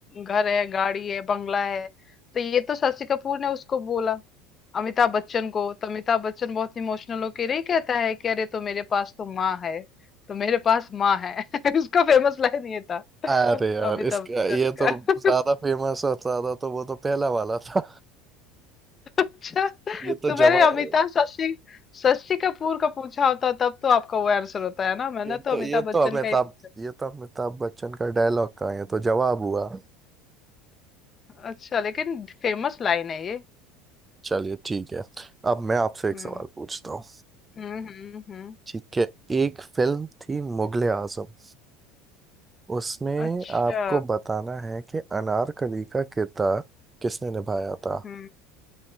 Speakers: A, on the left; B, on the right.
A: घर है, गाड़ी है, बंगला है, तो ये तो शशि कपूर ने उसको बोला, अमिताभ बच्चन को। तो अमिताभ बच्चन बहुत इमोशनल होके नहीं कहता है कि अरे तो मेरे पास तो माँ है, तो मेरे पास माँ है। <laughs> उसका फेमस लाइन ये था,
B: अरे यार
A: अमिताभ
B: इसका
A: बच्चन
B: ये तो
A: का।
B: ज्यादा फेमस और ज्यादा तो वो तो पहला वाला था
A: <laughs> अच्छा,
B: ये तो
A: तो मैंने
B: जवाब
A: अमिताभ शशि शशि कपूर का पूछा होता तब तो आपका वो आंसर होता है ना, मैंने
B: ये
A: तो
B: तो
A: अमिताभ
B: ये तो
A: बच्चन
B: अमिताभ
A: का ही पूछा।
B: ये तो अमिताभ बच्चन का डायलॉग का है ये तो जवाब हुआ
A: अच्छा लेकिन फेमस लाइन है ये
B: चलिए ठीक है अब मैं आपसे एक
A: हम्म
B: सवाल पूछता हूँ
A: हम्म हम्म हम्म,
B: ठीक है एक फिल्म थी मुगले आजम उसमें
A: अच्छा
B: आपको बताना है कि अनारकली का किरदार किसने निभाया था
A: हम्म